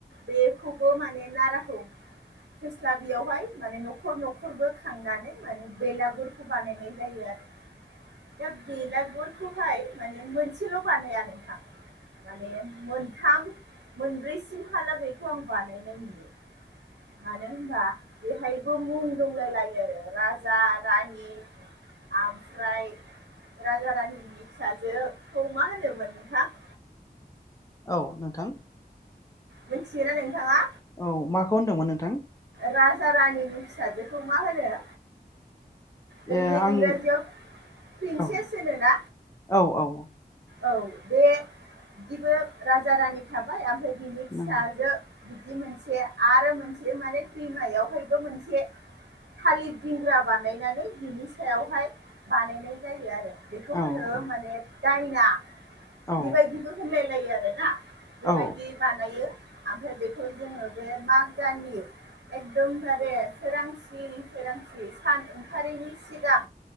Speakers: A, on the right; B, on the left.
A: बेखौबो माने नाराखौ फोस्ला बेयावहाय माने न'खर न'खरबो खांनानै माने बेलागुरखौ बानायनाय जायो आरो दा बेलागुरखौहाय माने मोनसेल' बानाया नोंथां। माने मोनथाम मोनब्रैसिमहालागैखौ आं बानायनाय नुयो। मानो होनबा बेहायबो मुं दंलाय लायो आरो राजा रानि आमफ्राय राजा रानिनि फिसाजोखौ मा होनोमोन नोंथां?
B: औ नोंथां।
A: मिनथियोना नोंथाङा?
B: औ माखौ होनदोंमोन नोंथां?
A: राजा रानिनि फिसाजोखौ मा होनो? ओरैनो
B: ए आं
A: इंराजियाव प्रिन्सेस
B: औ
A: होनो ना।
B: औ औ
A: औ बे दिबो राजा रानि थाबाय ओमफ्राय बिनि फिसाजो
B: नंगौ
A: बिदि मोनसे आरो मोनसे माने दैमायावहायबो मोनसे थालिर दिंग्रा बानायनानै बिनि सायावहाय बानायनाय जायो आरो। बेखौ होनो
B: औ औ
A: माने दायना
B: औ
A: बेबायदिबो होनलायलायो आरोना। बेबायदि
B: औ
A: बानायो ओमफ्राय बेखौ जोङो बे माग दाननि एखदम जारे सोरांसि सोरांसि सान ओंखारारिनि सिगां